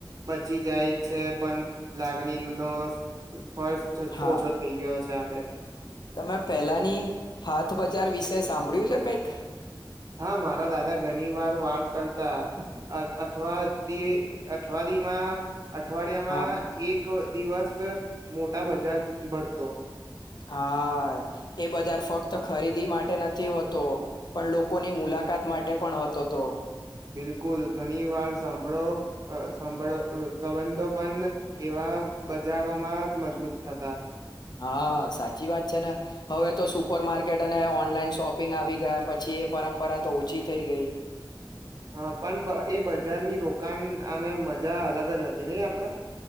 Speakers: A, on the right; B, on the left.
A: બચી જાય છે પણ લાગણી નો ફર્સ
B: હા.
A: ઓછો થઇ ગયો છે આપડે
B: તમે પહેલાની હાથ બજાર વિશે સાંભળ્યું છે કંઈક
A: હા મારા દાદા ઘણી વાર વાત કરતા અથવા અથવાડીમાં અઠવાડિયામાં
B: હા.
A: એક તો દિવસ મોટા બજાજ ભડતો
B: હા એ બજાર ફક્ત ખરીદી માટે નથી હોતો. પણ લોકોની મુલાકાત માટે પણ હતો તો.
A: બિલકુલ. ઘણી વાર સાંભળો સાંભળો સંબંધો પણ એવા બજારોમાં મજબૂત થતા.
B: હા સાચી વાત છે ને. હવે તો સુપર માર્કેટ અને ઓનલાઈન શોપિંગ આવી ગયા પછી એ પરંપરા તો ઓછી થઈ ગઈ.
A: હા પણ એ બજારની રોકાણ અને મજા અલગ જ હતી નહી આપડા